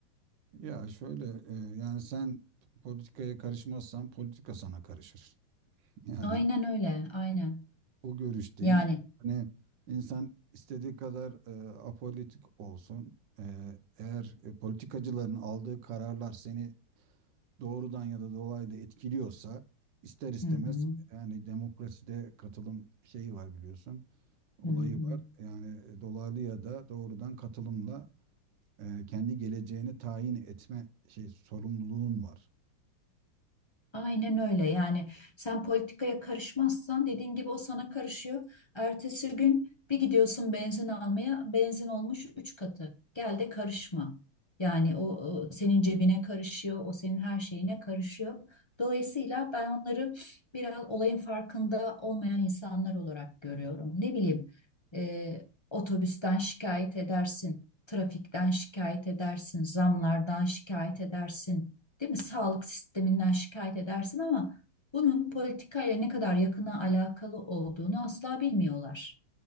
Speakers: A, on the right; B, on the left.
A: Ya şöyle e, yani sen politikaya karışmazsan politika sana karışır. <laughs> Yani
B: Aynen öyle, aynen.
A: o görüşteyim.
B: Yani.
A: Hani insan istediği kadar e, apolitik olsun. E, eğer e, politikacıların aldığı kararlar seni doğrudan ya da dolaylı etkiliyorsa ister istemez
B: Hı hı,
A: yani demokraside katılım şeyi var biliyorsun. Olayı
B: hı hı.
A: var. Yani e, dolaylı ya da doğrudan katılımla e, kendi geleceğini tayin etme şey sorumluluğun var.
B: Aynen öyle yani sen politikaya karışmazsan dediğin gibi o sana karışıyor. Ertesi gün bir gidiyorsun benzin almaya benzin olmuş üç katı. Gel de karışma. Yani o, o senin cebine karışıyor, o senin her şeyine karışıyor. Dolayısıyla ben onları biraz olayın farkında olmayan insanlar olarak görüyorum. Ne bileyim e, otobüsten şikayet edersin, trafikten şikayet edersin, zamlardan şikayet edersin değil mi? Sağlık sisteminden şikayet edersin ama bunun politikayla ne kadar yakına alakalı olduğunu asla bilmiyorlar.